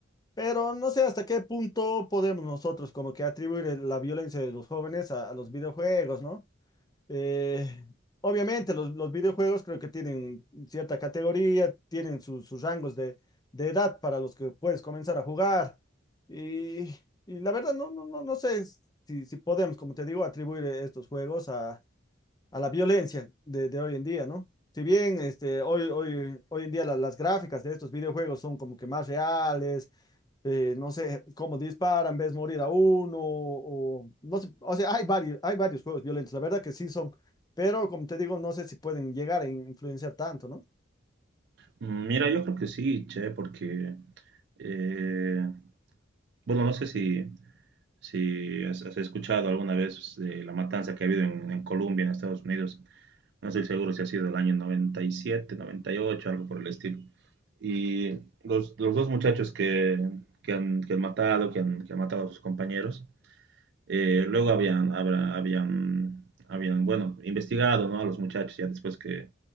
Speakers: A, on the left; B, on the right.
A: pero no sé hasta qué punto podemos nosotros como que atribuir el- la violencia de los jóvenes a a los videojuegos, ¿no? Eh, obviamente, los, los videojuegos creo que tienen cierta categoría, tienen sus, sus rangos de, de edad para los que puedes comenzar a jugar. Y, y la verdad, no, no, no, no sé si, si podemos, como te digo, atribuir estos juegos a, a la violencia de, de hoy en día, ¿no? Si bien este, hoy, hoy, hoy en día la- las gráficas de estos videojuegos son como que más reales, eh, no sé, cómo disparan, ves morir a uno, o no sé, o sea, hay varios, hay varios juegos violentos, la verdad que sí son, pero como te digo, no sé si pueden llegar a influenciar tanto, ¿no?
B: Mm, Mira, yo creo que sí, che, porque, eh, bueno, no sé si, si has, has escuchado alguna vez de la matanza que ha habido en, en Colombia, en Estados Unidos. No estoy seguro si ha sido el año noventa noventa y siete noventa y ocho algo por el estilo. Y los, los dos muchachos que, que, han, que han matado, que han, que han matado a sus compañeros, eh, luego habían, habrá- habían, habían, bueno, investigado, ¿no? a los muchachos ya después que,